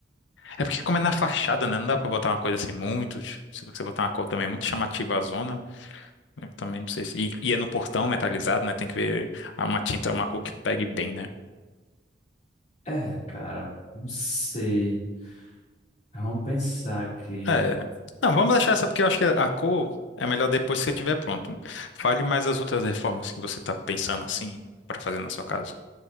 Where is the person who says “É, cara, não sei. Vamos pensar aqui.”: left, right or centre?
Left